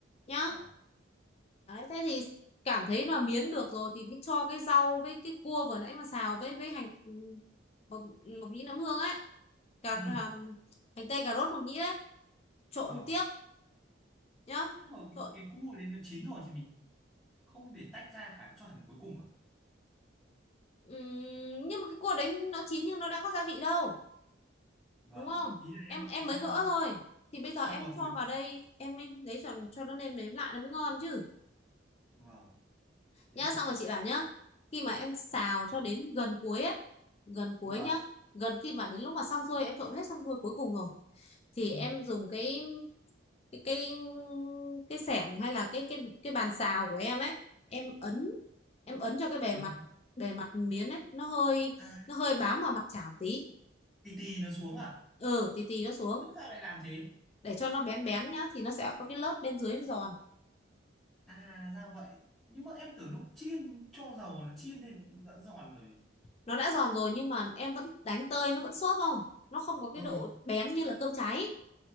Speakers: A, on the left (about 30°); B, in the centre.
A: nhá
B: vâng
A: Đấy, thế thì cảm thấy là miến được rồi thì mới cho cái rau với cái cua vừa nãy mà xào với với hành ừ, mộc, mộc nhĩ nấm hương ấy cà
B: ừ
A: um, hành tây cà rốt mộc nhĩ đấy trộn
B: vâng
A: tiếp nhá
B: nhưng mà cái
A: trộn
B: cái cua ở đây nó chín rồi thì mình không để tách ra hẳn cho hẳn cuối cùng à
A: Ừm, nhưng mà cái cua đấy nó chín nhưng nó đã có gia vị đâu
B: vâng
A: đúng không
B: ý là em
A: em em
B: cho
A: mới gỡ
B: ra
A: thôi thì bây giờ
B: cho
A: em
B: vào
A: mới cho
B: cuối
A: vào đây em mới lấy cho cho nó nêm nếm lại nó mới ngon chứ
B: vâng thế
A: nhá
B: thì
A: xong rồi chị bảo nhá khi mà em xào cho đến gần cuối ấy gần cuối
B: vâng
A: nhá gần khi mà đến lúc mà xong xuôi em trộn hết xong xuôi cuối cùng rồi thì
B: ừ.
A: em dùng cái cái cái cái xẻng hay là cái cái cái bàn xào của em ấy em ấn em ấn cho cái bề
B: ấn
A: mặt bề mặt miến ấy nó hơi
B: à,
A: nó hơi bám vào mặt chảo một tí
B: tì tì nó xuống à
A: ừ tí tí nó xuống
B: nhưng mà sao lại làm thế
A: để cho nó bén bén nhá thì nó sẽ có cái lớp bên dưới nó giòn
B: à ra vậy nhưng mà em tưởng lúc chiên cho dầu nó chiên lên nó cũng đã giòn rồi
A: nó đã giòn rồi nhưng mà em vẫn đánh tơi nó vẫn xốp không nó không có cái
B: ừ
A: độ bén như là cơm cháy